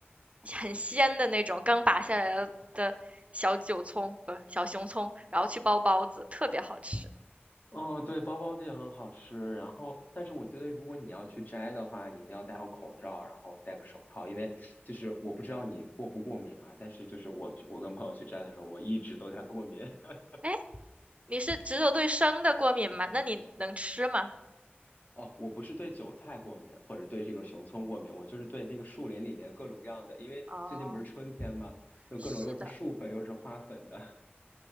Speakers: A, on the right (about 30°); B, on the left (about 40°).
A: 很鲜的那种刚拔下来的的小韭葱，不是小熊葱，然后去包包子，特别好吃。
B: 哦，对，包包子也很好吃。然后，但是我觉得，如果你要去摘的话，你一定要戴好口罩，然后戴个手套，因为就是我不知道你过不过敏啊。但是就是我去，我跟朋友去摘的时候，我一直都在过敏。<laughs>
A: 哎，你是只有对生的过敏吗？那你能吃吗？
B: 哦，我不是对韭菜过敏，或者对这个熊葱过敏，我就是对那个树林里面各种各样的，因为最近不是春天嘛，
A: 哦，
B: 就各种又是树粉又是花粉的。
A: 是的，
B: <laughs>